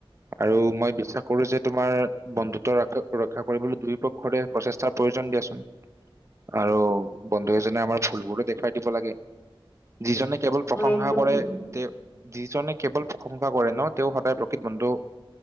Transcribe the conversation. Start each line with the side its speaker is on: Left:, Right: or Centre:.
Right: আৰু মই বিশ্বাস কৰো যে তোমাৰ বন্ধুত্ব ৰ ৰক্ষা কৰিবলৈ দুয়ো পক্ষৰে প্ৰচেষ্টাৰ প্ৰয়োজন দিয়াচোন। আৰু বন্ধু এজনে আমাৰ ভুলবোৰো দেখুৱাই দিব লাগে যিজনে কেৱল প্ৰশংসা
Left: হয় একদম
Right: কৰে।
Left: ঠিক
Right: তে যিজনে কেৱল প্ৰশংসা কৰে ন তেওঁ সদায় প্ৰকৃত বন্ধু